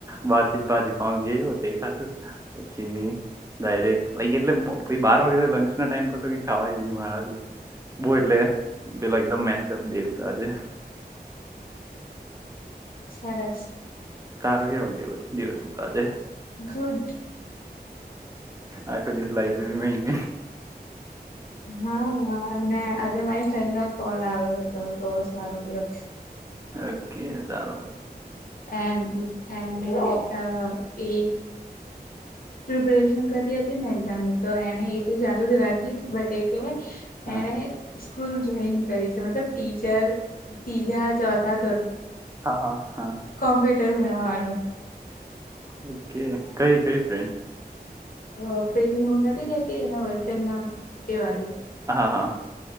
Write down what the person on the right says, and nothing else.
બહાર થી જ ભાજી પા હો તે ખાધું પછી ડાયરેક્ટ લક એટલે બાર વાગે લંચ ના ટાઈમ પર તો કઈ ખાવા ન મારાથી બહ એલે પેલા એકદમ મેસ્ટફ દેવ આજે
તારો કેવ દ દિવસ સુ તો આજે
આખો દિવસ લાઈબ્રેરીમાં ગ
ઓકે સારું
હા
હા હા હા
ઓકે કઈ કઈ ફ્રેન્ડ
હા હા